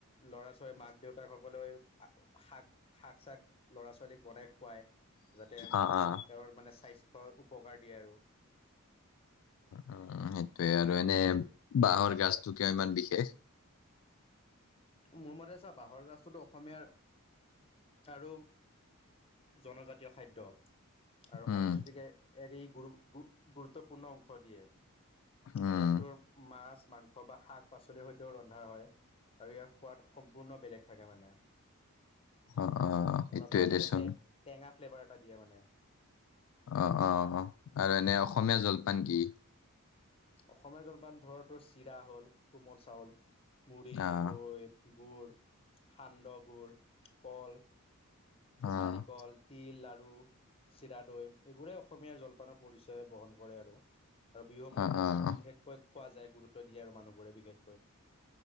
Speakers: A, on the left; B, on the left.
A: ল'ৰা ছোৱালী মাক দেউতাক সকলেও শাক শাক চাক ল'ৰা ছোৱালীক বনাই। খোৱাই যাতে তেওঁ
B: অ', অ',
A: ৰ মানে স্বাস্থ্য উপকাৰ দিয়ে। আৰু
B: উম, সেইটোয়ে আৰু এনে বাঁহৰ গাজটো কিয় ইমান বিশেষ।
A: মোৰ মতে চা বাঁহৰ গাজটোতো অসমীয়াৰ। আৰু জনজাতীয় খাদ্য আৰু
B: উম,
A: সংস্কৃতিকে একেই গুৰু গুৰুত। গুৰুতপূৰ্ণ অংশ দিয়ে
B: উম,
A: ইয়াক টো মাছ। মাংস বা শাক পাচলিৰ সৈতেও ৰন্ধা হয়। আৰু ইয়াৰ সোৱাদ সম্পূৰ্ণ বেলেগ থাকে মানে।
B: অ', অ', সেইটোয়ে
A: অলপ তাৰ
B: দেচোন।
A: মানে টে টেঙা। ফ্লেভাৰ এটা দিয়ে মানে।
B: অ, অ, অ, আৰু এনে অসমীয়া জলপান কি?
A: অসমীয়া জলপান ধৰ তো চিৰা হ'ল। কোমল চাউল, মুড়ি,
B: অ',
A: দৈ, গুড়, সান্দহ গুড়। কল,
B: অ',
A: নাৰিকল, তিল লাৰু, চিৰা, দৈ এইবোৰেহে অসমৰ। অসমীয় জলপানৰ পৰিচয় বহন কৰে। আৰু আৰু বিহু সময়ত
B: অ',
A: ইয়াত
B: অ',
A: বিশেষকৈ। খোৱা যায় গুৰুত্ব দিয়ে মানুহবোৰে বিশেষ।